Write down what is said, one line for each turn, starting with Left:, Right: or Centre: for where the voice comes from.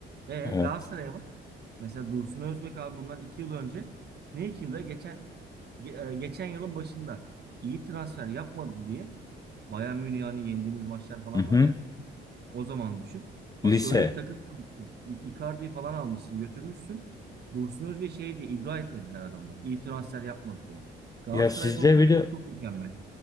Right: E
Left: Evet.
Right: Galatasaray'a bak. Mesela Dursun Özbek abi bundan 2 yıl önce ne 2 yılda geçen ge- e, geçen yılın başında iyi transfer yapmadı diye Bayern Münih'i hani yendiğimiz maçlar falan
Left: Hı hı.
Right: var ya o zaman düşün. Bak
Left: Lise.
Right: öyle bir takım kurmuşsun. İ- Icardi'yi falan almışsın, götürmüşsün. Dursun Özbek'i şey diye ibra etmediler adamlar. İyi transfer yapmadı diye. Galatasaray'da
Left: Ya sizde
Right: o kültür
Left: bir de
Right: çok mükemmel.